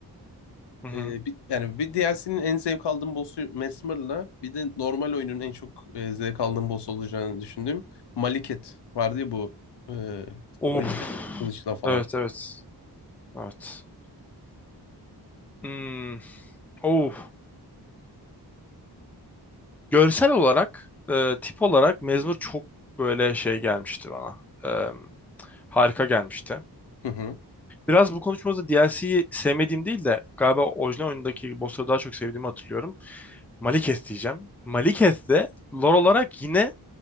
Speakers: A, in the centre; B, on the left.
A: Hı hı.
B: Ee, bir, yani bir DLC'nin en zevk aldığım boss'u Mesmer'la bir de normal oyunun en çok e, zevk aldığım boss olacağını düşündüğüm Maliket vardı ya bu e,
A: Of.
B: ölümde kılıçla falan.
A: Evet evet. Evet. Hmm. Of. Görsel olarak, e, tip olarak Mezmur çok böyle şey gelmişti bana. E, harika gelmişti.
B: Hı hı.
A: Biraz bu konuşmamızda DLC'yi sevmediğim değil de galiba orijinal oyundaki bossları daha çok sevdiğimi hatırlıyorum. Malekith diyeceğim. Malekith de lore olarak yine